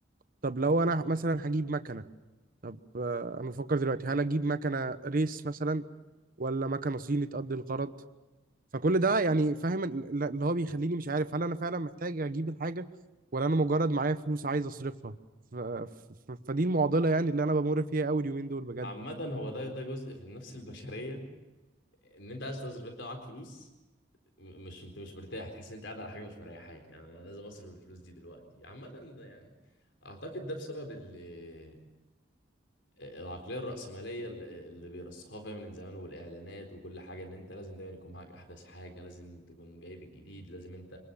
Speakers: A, on the right; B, on the left.
A: طب لو انا مثلا هجيب مكنه طب آه، انا بفكر دلوقتي هل اجيب مكنه ريس مثلا ولا مكنه صيني تقضي الغرض فكل ده يعني فاهم ال- اللي هو بيخليني مش عارف هل انا فعلا محتاج اجيب الحاجه ولا انا مجرد معايا فلوس عايز اصرفها ف... ف... ف- فدي المعضله يعني اللي انا بمر فيها قوي اليومين دول بجد
B: عامه هو ده ده جزء في النفس البشريه ان انت عايز تصرف انت معاك فلوس م- مش انت مش مرتاح تحس ان انت قاعد على حاجه مش مريحاك يعني انا أنا لازم اصرف الفلوس دي دلوقتي عامه ده يعني اعتقد ده بسبب ال- العقليه الراسماليه اللي اللي بيرسخوها فيها من زمان والاعلانات وكل حاجه ان انت لازم دايما يكون معاك احدث حاجه لازم تكون جايب الجديد لازم انت